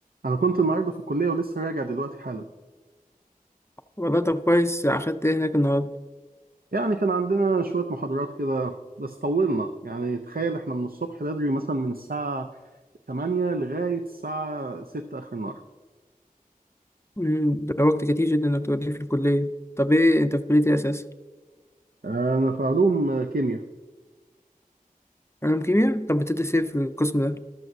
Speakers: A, on the right; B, on the left.
A: أنا كنت النهاردة في الكلية ولسه راجع دلوقتي حالا
B: والله طب كويس أخدت إيه هناك النهاردة؟
A: يعني كان عندنا شوية محاضرات كده بس طولنا يعني تخيل إحنا من الصبح بدري مثلا من الساعة 8 لغاية الساعة 6 آخر النهار
B: مم، ده وقت كتير جدا إنك تقضيه في الكلية طب إيه أنت في كلية إيه أساسا؟
A: أنا في علوم آه، كيمياء
B: علوم كيمياء؟ طب بتدرس إيه في القسم ده؟